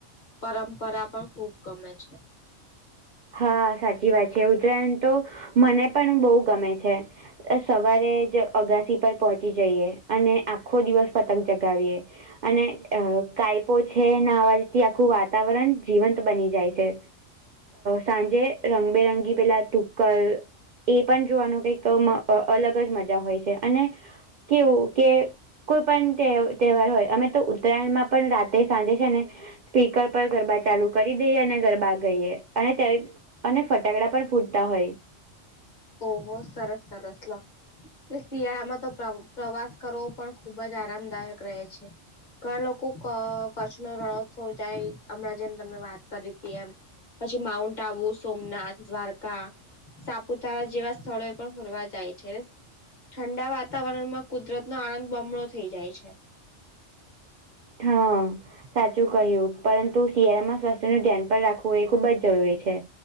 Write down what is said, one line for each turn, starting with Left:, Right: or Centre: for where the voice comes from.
Left: પરંપરા પણ ખુબ ગમે છે.
Right: હા સાચી વાત છે, ઉત્તરાયણ તો મને પણ બહુ ગમે છે. સવારે જ અગાસી પર પહોંચી જઈએ અને આપ આખો દિવસ પતંગ ચગાવીએ અને કાયપો છે ના અવાજથી આખું વાતાવરણ જીવંત બની જાય છે. સાંજે રંગબેરંગી પેલા તુક્કલ એ પણ જોવાનું કઈક અલગ જ મજા હોય છે અને કેવું કે કોઈ પણ તહેવાર હોય અમે તો ઉત્તરાયણમાં પણ રાતે સાંજે છે ને સ્પીકર પર ગરબા ચાલુ કરી દઈએ અને ગરબા ગરબા ગાઈએ અને અને ફટાકડા પણ ફૂટતા હોય.
Left: ઓહો સરસ સરસ શિયાળામાં તો પ્રવાસ કરવો પણ ખુબ જ આરામદાયક રહે છે. ઘણા લોકો કચ્છનો રણોત્સવ જાય હમણાં જેમ તમે વાત કરી હતી. એમ માઉન્ટ આબુ, સોમનાથ, દ્વારકા, સાપુતારા જેવા સ્થળો એ પણ ફરવા જાય છે. ઠંડા વાતાવરણમાં કુદરતનો આનંદ બમણો થઈ જાય છે.
Right: હા સાચું કહ્યું. પરંતુ શિયાળામાં સ્વાસ્થ્યનું ધ્યાન પણ રાખવું એ ખુબ જ જરૂરી છે.